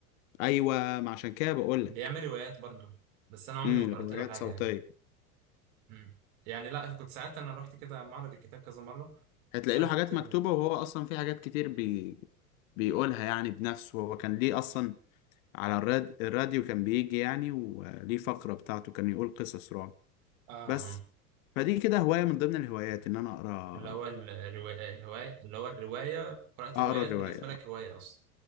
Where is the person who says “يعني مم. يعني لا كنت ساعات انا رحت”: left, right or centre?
Right